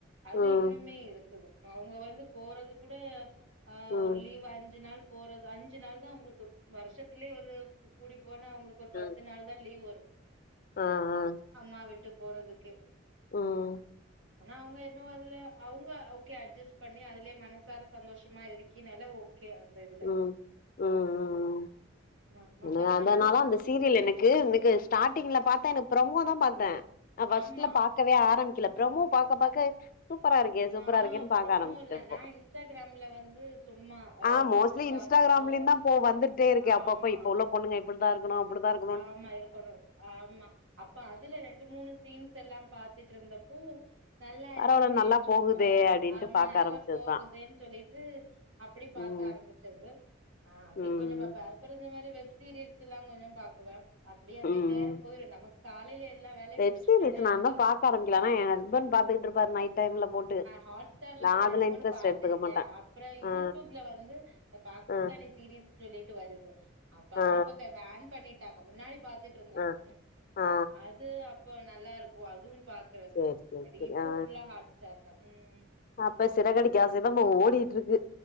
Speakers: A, on the right (about 70°); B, on the left (about 45°).
A: அது
B: ம்
A: இன்னுமே இருக்குது அவுங்க வந்து போறது கூட ஆ
B: ம்
A: ஒரு லீவ் அஞ்சு நாள் போறது அஞ்சு நாள் தா அவுங்களுக் வருஷத்திலே ஒரு கூடி போனா அவுங்களுக் ஒரு
B: ம்
A: பத்து நாள் தா லீவு வரு
B: ஆ ஆ
A: அம்மா விட்டு போறதுக்கு
B: ம்
A: ஆனா அவுங்க ன்னு அதுல அவுங்க ஓகே அட்ஜஸ் பண்ணி அதுலே மனசார சந்தோஷமா இருக்கினால ஒ கே அந்தது
B: ம் ம்
A: நமக்கெல்லா
B: ம் அந்தனால
A: ஐயோ
B: அந்த சீரியல் எனக் கு இன்னக்கு ஸ்டாட்டிங்ல பாத்த ப்ரமோ தா பார்த்த நா ஃபர்ஸ்ட்ல
A: ஆமா
B: பாக்கவே ஆரம்பிக்ல ப்ரமோ பாக்க பாக்க சூப்பரா இருக்கே
A: நா
B: சூப்பரா இருக்கேனு
A: ப்ரோமோ
B: பாக்க ஆரம்பிச்சுட்டே
A: இல்ல
B: இப்போ
A: நா இன்ஸ்டாகிராம்ல வந்து சும்மா அ
B: ஆ
A: போட்டு
B: மோ
A: பாத்தப்போ
B: இன்ஸ்டாகிராம்லயு தா ப்போ வந்துட்டே இருக்கே அப்பப்ப
A: ஆமா
B: இப்ப உள்ள பொண்ணுங்க இப்டிதா இருக்கணு அப்டிதா இருக்
A: ஆமா இருக்கணு ஆமா அப்ப அதுல ரெண்டு மூணு சீன் ஸ் எல்லா பாத்துட்ருந்தப்போ நல்லா
B: பரவால்ல
A: இருக்குதே
B: நல்லா
A: சொம்மா
B: போகுதே
A: பொ
B: அப்டின்ட்டு
A: ஆமா
B: பாக்க
A: நல்லா
B: ஆரம்பிச்சதுதா
A: போகுதேனு சொல்லிட்டு அப்டி பாக்க
B: ம்
A: ஆரம்பிச் சது அப்டி
B: ம்
A: கொஞ்சொ பாப்பே அப்றொ இந்த மாரி வெப் சீரீயஸ்லா கொஞ்சொ பாக்குவே அப்டி அதுலே
B: ம்
A: நேரம் போயிரு நமக் காலைல எல்லா வேலையு
B: வெப்
A: முடுச்சுட்டோனா
B: சீரிஸ் நா
A: அதுக்கப்பு
B: இன்னு பாக்க ஆரம்பிக்கல ஆனா எ ஹஸ்பண்ட் பாத்துக்கிட்டு இருப்பாரு நைட் டைம்ல போட்டு
A: ஹாட்ஸ் ஸ்டார்ல
B: நா
A: கொஞ்சொ
B: அதுல
A: ரெண்டு மூனு
B: இன்ட்ரெஸ்ட்
A: பாத்திருக்கே
B: எடுத்துக்க மாட்டே
A: அப்றொ யூடூப்ல
B: ஆ
A: வந்து பாகிஸ்தானி
B: ஆ
A: சீரிஸ் சொல்லிட்டு வருது அப்ப
B: ஆ
A: அது இப்ப க பேன் பண்ணிட் டாங்க முன்னாடி பாத்துட்ருந்தே
B: ஆ
A: ம்
B: ஆ
A: அது அப்போ நல்லா இருக்கு அதுவு பாக் றது
B: சேரி சேரி
A: சரி
B: சேரி
A: இப்ப
B: ஆ
A: ஃபுல்லா ஹாட் ஸ்டார் தா ம்
B: அப்ப சிறகடிக்க ஆசைதாப்ப ஓடிட்ருக்கு